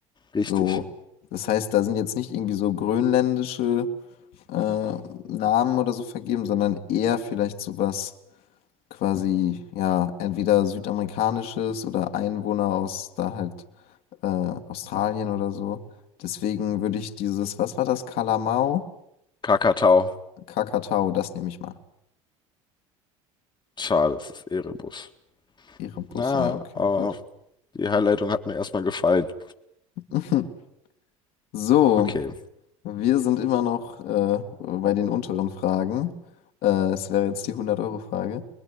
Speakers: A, on the left (about 25°); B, on the left (about 60°).
A: Richtig.
B: So. Das heißt, da sind jetzt nicht irgendwie so grönländische äh, Namen oder so vergeben, sondern eher vielleicht sowas quasi, ja, entweder südamerikanisches oder Einwohner aus da halt äh, Australien oder so. Deswegen würde ich dieses, was war das, Kalamau?
A: Krakatau.
B: Kakatau, das nehme ich mal.
A: Schade, es ist Erebus.
B: Erebus,
A: Naja,
B: ja, okay,
A: aber
B: gut.
A: die Herleitung hat mir erstmal gefallen.
B: <laughs> So.
A: Okay.
B: Wir sind immer noch äh, bei den unteren Fragen. Äh, es wäre jetzt die 100-Euro-Frage.